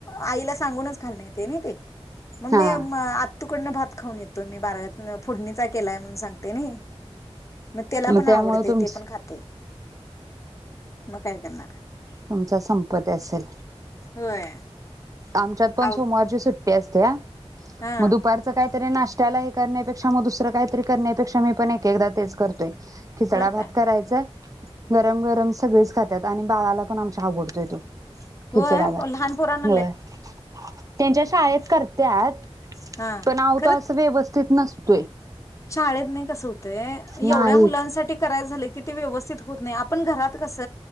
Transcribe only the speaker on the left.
आईला सांगूनच घालण येत न ते मम
मी म आत्तूकडन भात खाऊन येतो मी बारळयातन फुडणीचा केलाय म्हणून सांगते नई म त्याला
पण
आवडते
ते पण खातय. म काय करणार
होय
आव
हा
तर
काय
होय
पण लहान पोराना
हा
खरं
शाळेत नही कसं होत. ते
एवढ्या मुलांसाठी करायच झाल की व्यवस्थित होत नाही आपण घरात कस